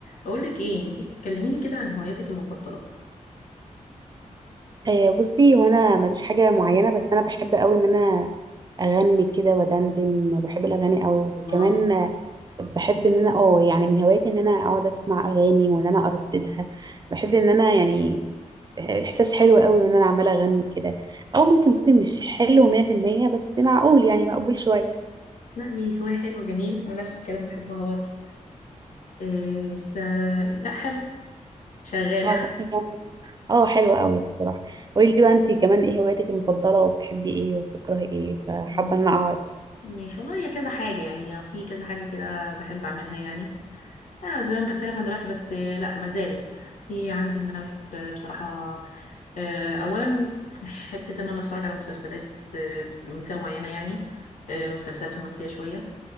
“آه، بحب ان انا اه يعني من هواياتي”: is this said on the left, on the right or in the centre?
Right